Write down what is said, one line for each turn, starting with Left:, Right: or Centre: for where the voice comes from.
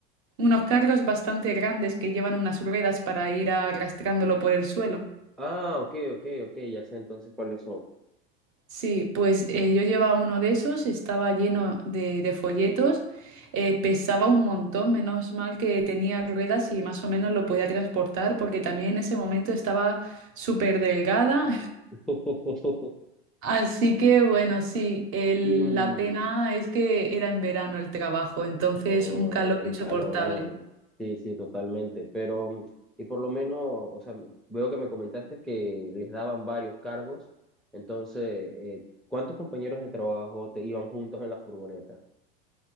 Right: Unos carros bastante grandes que llevan unas ruedas para ir arrastrándolo por el suelo.
Centre: Ah, ok, ok, ok, ya sé entonces cuáles son.
Right: Sí, pues eh, yo llevaba uno de esos, estaba lleno de, de folletos, eh, pesaba un montón, menos mal que tenía ruedas y más o menos lo podía transportar porque también en ese momento estaba súper delgada
Centre: <laughs>
Right: Así que bueno, sí, el-
Centre: Y mm,
Right: la pena es que era en verano el trabajo, entonces
Centre: oh,
Right: un calor
Centre: el
Right: insoportable.
Centre: calorón. Sí, sí, totalmente. Pero, mm, y por lo menos, o sea, m- veo que me comentaste que les daban varios cargos. Entonces, eh, ¿cuántos compañeros de trabajo te iban juntos en la furgoneta?